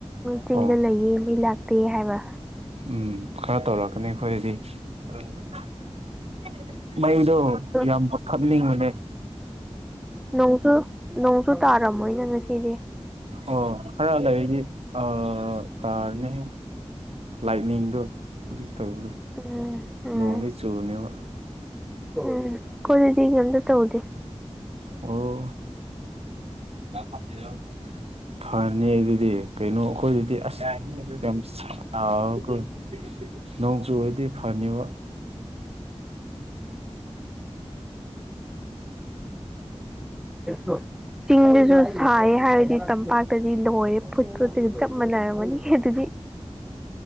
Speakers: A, in the centre; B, on the right.
A: ꯆꯤꯡꯗ
B: ꯑꯣ
A: ꯂꯩꯌꯦ ꯃꯩ ꯂꯥꯛꯇꯦ ꯍꯥꯏꯕ
B: ꯎꯝ ꯈꯔ ꯇꯧꯔꯛꯀꯅꯤ ꯑꯩꯈꯣꯏꯗꯤ ꯈꯔ <inaudible> ꯃꯩꯗꯣ
A: ꯑꯗꯣ
B: ꯌꯥꯝ ꯃꯨꯠꯊꯠꯅꯤꯡꯕꯅꯦ
A: ꯎꯝ ꯅꯣꯡꯁꯨ ꯅꯣꯡꯁꯨ ꯇꯥꯔꯝꯃꯣꯏꯅ ꯉꯁꯤꯗꯤ
B: ꯑꯣ ꯈꯔ ꯂꯩꯒꯤ ꯑ-ꯇꯥꯔꯅꯦ ꯂꯥꯏꯠꯅꯤꯡꯗꯣ <inaudible> ꯇꯧꯕꯗꯨ
A: ꯎꯝ ꯎꯝ
B: ꯅꯣꯡꯅꯤ ꯆꯨꯕꯅꯦꯕ
A: ꯎꯝ ꯀꯣꯗꯗꯤ ꯀꯩꯝꯇ ꯇꯧꯗꯦ
B: ꯑꯣ <inaudible> ꯐꯅꯤ ꯑꯗꯨꯗꯤ ꯀꯩꯅꯣ ꯑꯩꯈꯣꯏꯗꯗꯤ ꯑꯁ ꯌꯥꯝ ꯁꯥ <inaudible> ꯒ ꯅꯣꯡꯆꯨꯔꯗꯤ ꯐꯅꯤꯕ
A: ꯎ <inaudible> ꯆꯤꯡꯗꯨꯁꯨ ꯁꯥꯏꯌꯦ ꯍꯥꯏꯔꯗꯤ ꯇꯝꯄꯥꯛ ꯇꯗꯤ ꯂꯣꯏꯔꯦ ꯐꯨꯠ ꯐꯨꯠꯇ ꯆꯞ ꯃꯥꯟꯅꯔꯝꯃꯅꯤ ꯑꯗꯨꯗꯤ